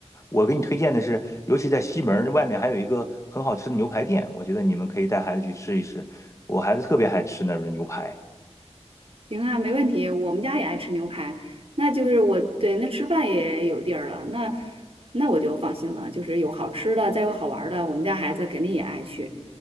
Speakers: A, on the left; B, on the right.
A: 我给你推荐的是，尤其在西门儿外面还有一个很好吃的牛排店，我觉得你们可以带孩子去吃一吃，我孩子特别爱吃那边牛排。
B: 行啊，没问题，我们家也爱吃牛排，那就是我，对，那吃饭也有地儿了，那那我就放心了，就是有好吃的，再有好玩儿的，我们家孩子肯定也爱去。